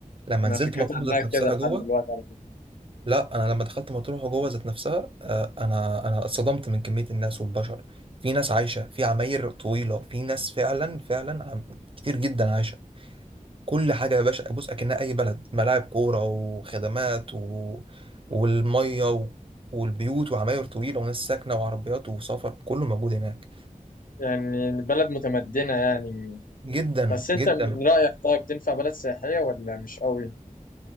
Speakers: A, on the right; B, on the left.
A: لما
B: انا
A: نزلت
B: فكرتي
A: مطروح
B: عنها
A: ذات نفسها
B: كده لحد
A: جوه
B: دلوقتي على فكرة
A: لا انا لما دخلت مطروح جوه ذات نفسها آه، انا انا اتصدمت من كميه الناس والبشر في ناس عايشه في عماير طويله في ناس فعلا فعلا عم... كتير جدا عايشه كل حاجه يا باشا بص اكنها اي بلد ملاعب كوره وخدمات و... والميه و... والبيوت وعماير طويله وناس ساكنه وعربيات وسفر كله موجود هناك
B: يعني بلد متمدنة يعني
A: جدا
B: بس انت
A: جدا
B: من رأيك طيب تنفع بلد سياحية ولا مش قوي؟